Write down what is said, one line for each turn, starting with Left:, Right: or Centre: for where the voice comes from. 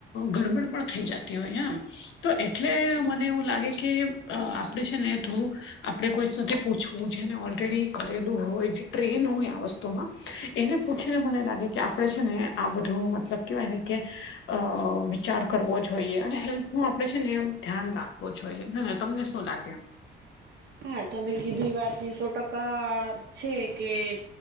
Left: ગડબડ પણ થઈ જાતી હોય, યા તો એટલે- -એ મને એવું લાગે કે, આપડે છે ને થોડુંક- આપડે કોઈક સાથે પૂછવું છે, અને ઓલરેડી એ કરેલું હોય, જે ટ્રેન હોય આ વસ્તુમાં- એને પૂછીને મને લાગે કે, આપડે છે ને આ બધું મતલબ કેવાય ને કે- -અ વિચાર કરવો જોઈએ. અને હેલ્થનો આપડે છે ને એવુ- -ધ્યાન રાખવો જોઈએ. હે ને! તમને શું લાગે?
Right: હા, તમે કીધું ઈ વાત ની સો ટકા છે કે-